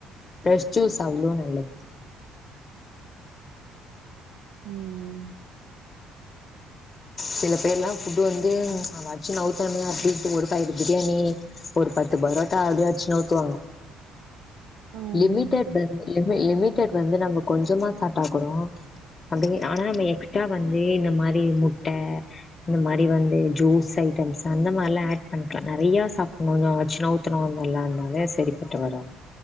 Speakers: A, on the left; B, on the right.
A: ஃப்ரெஷ் ஜூஸ் அவ்ளோ நல்லது
B: ம் ம்
A: சில பேர்ல்லா ஃபுட் வந்து அட்ச்சு நவுத்தனுமே அப்டின்ட்டு ஒரு பாக்கெட்டு பிரியாணி ஒரு பத்து பரோட்டா அப்டியே அச்சி நவுத்துவாங்க
B: ம்
A: லிமிடெட் பந்து லிமி லிமிடெட் வந்து நம்ம கொஞ்சமா சாப்டா கூடோ அப்டிங் ஆனா நம்ம எக்ஸ்ட்ரா வந்து இந்த மாரி முட்ட இந்த மாரி வந்து ஜூஸ் ஐட்டம்ஸ் அந்த மாரிலா ஆட் பண்ணிக்கலா நெறைய சாப்புணும்னு அச்சி நவுத்து <unintelligible> சரிப்பட்டு வரு